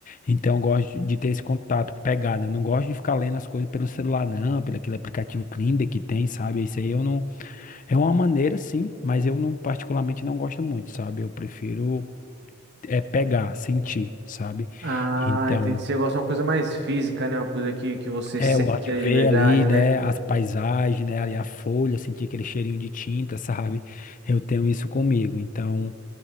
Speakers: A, on the left; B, on the right.
A: Então, eu gosto de ter esse contato, pegar, né? Eu não gosto de ficar lendo as coisas pelo celular, não, pelo aquele aplicativo Kindle que tem, sabe? Isso aí eu não. É uma maneira, sim, mas eu não, particularmente, não gosto muito, sabe? Eu prefiro. É pegar, sentir, sabe?
B: Ah,
A: Então,
B: entendi. Você gosta de uma coisa mais física, né? Uma coisa que, que você
A: É,
B: sente
A: eu gosto
B: de
A: de ver
B: verdade,
A: ali, né,
B: né?
A: as paisagens, né, ali a folha, sentir aquele cheirinho de tinta, <laughs> sabe? Eu tenho isso comigo. Então,